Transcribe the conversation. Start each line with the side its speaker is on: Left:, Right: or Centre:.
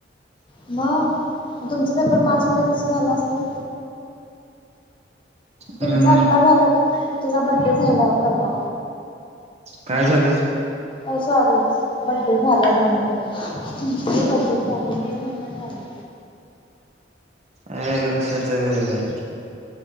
Left: म म तुमचा पेपर मार्च मध्ये कस झाल असतील तुमच
Right: हम्म
Left: आत्ता झालं तुझा बड्डे झाला परवा
Right: काय झाले
Left: अ सॉरी बड्डे झाला रुणालला बड्डे झाली मे महिन्यात झाला
Right: अ लक्षात आहे